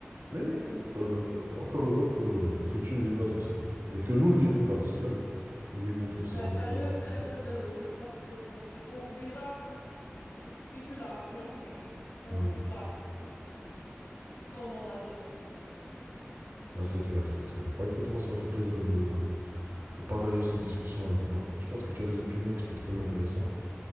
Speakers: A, on the right; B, on the left.
A: mais écoute, euh, encore heureux que, que tu ne vis pas toute seule, et que nous ne vivons pas tout seuls, que nous vivons tous
B: Bah,
A: en
B: sérieux,
A: collectivité.
B: très, très, très heureux parce que, bon, c'est on, déjà, c'est des spéculations, mais on
A: Ouais.
B: sait pas qu'est-ce que comment on agirait pour de vrai.
A: Bah c'est clair, c'est clair. Bah écoute, moi ça m'a fait plaisir de de partager ces discussions avec toi. Je pense que tu as des opinions qui sont très intéressantes